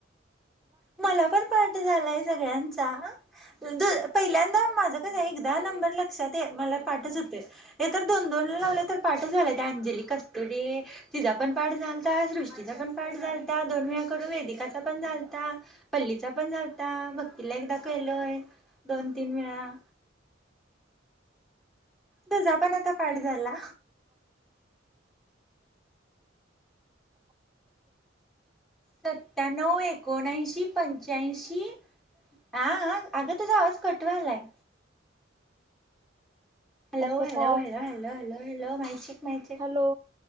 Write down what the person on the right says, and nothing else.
कसं
काय
हॅलो